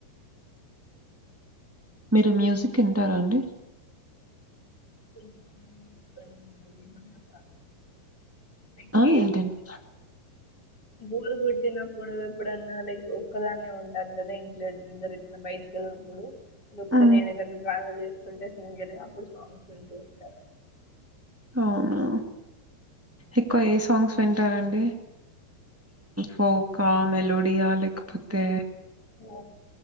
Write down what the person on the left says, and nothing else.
<unintelligible>
ఏం
బోరు కొట్టినప్పుడు ఎప్పుడన్నా లైక్ ఒక్కదాన్నే ఉంటాను కదా ఇంట్లో ఇందరు ఇట్లా బయటకి వెళ్ళినప్పుడు దొప్పితో
నేను ఏదన్నా ట్రావెల్ చే సుంటే సింగరే అప్పుడు స్ట్రాంగ్ వింటూ ఉంటా
అ